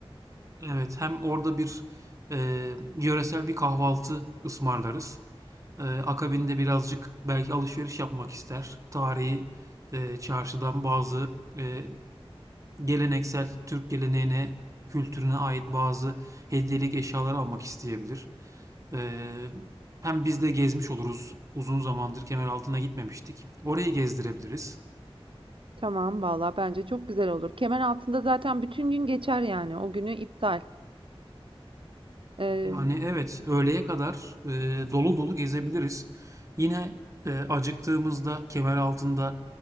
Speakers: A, on the right (about 30°); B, on the right (about 60°).
A: Evet, hem orada bir eee, yöresel bir kahvaltı ısmarlarız. Eee, akabinde birazcık belki alışveriş yapmak ister. Tarihi eee, çarşıdan bazı eee, geleneksel Türk geleneğine, kültürüne ait bazı hediyelik eşyalar almak isteyebilir. Eee, hem biz de gezmiş oluruz. Uzun zamandır Kemeraltı'na gitmemiştik. Orayı gezdirebiliriz.
B: Tamam, valla bence çok güzel olur. Kemer altında zaten bütün gün geçer yani. O günü iptal. Ee,
A: Yani evet, öğleye kadar eee, dolu dolu gezebiliriz. Yine eee, acıktığımızda Kemeraltı'nda